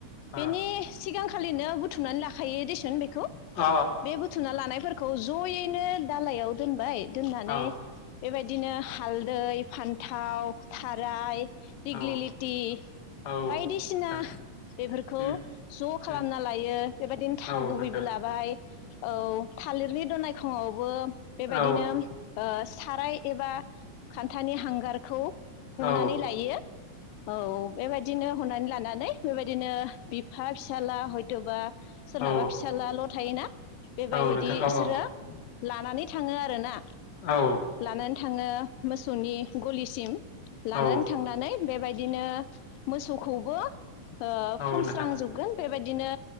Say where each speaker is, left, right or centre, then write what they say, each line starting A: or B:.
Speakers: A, on the left; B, on the left.
A: औ
B: बेनि सिगां खालिनो बुथुमनानै लाखायो देसुन बे खौ
A: औ
B: बे बुथुमना लानायफोर खौ जयैनो दालायाव दोनबाय। दोननानै
A: औ
B: बेबायदिनो हालदै फान्थाव, थाराय दिग्लिलिथि
A: औ औ नोंथां
B: बायदिसिना बेफोरखौ
A: उम
B: ज' खालामना
A: उम
B: लायो बेबायदिनो थाव
A: औ
B: गुबैबो
A: नोंथां
B: लाबाय औ थालिरनि दनायखंआवबो बेबायदिनो
A: औ
B: ओ साराय एबा खा थानि हांगारखौ हनानै
A: औ
B: लायो औ बेबायदिनो हनानै लानानै बेबायदिनो हा फिसाला हयथ'बा सोरनाबा
A: ओ
B: फिसालाल' थायोना बेबायदि
A: औ नोंथां औ
B: इसोरो
A: औ
B: लानानै थांङो आरो ना।
A: औ ओ
B: लानानै थांङो मोस गलिसिम। लानानै
A: औ ओ
B: थांनानै बेबायदिनो मोसौखौबो ओ
A: औ
B: फोनस्रांजोबगोन।
A: नोंथां
B: बेबायदिनो